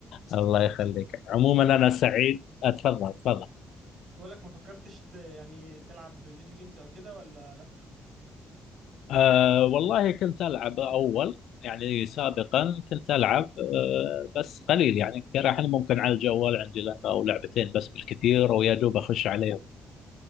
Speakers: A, on the left (about 75°); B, on the right (about 60°).
A: الله يخليك عموما
B: ما فكرتش
A: انا سعيد اتفضل تفضل
B: بقولك ما فكرتش ت... يعني تلعب فيديو جيمز او كده ولا لا
A: أه والله كنت ألعب أول يعني سابقا كنت ألعب أه بس قليل يعني الحين ممكن على الجوال عندي لعبة أو لعبتين بس بالكثير ويا دوب أخش عليهم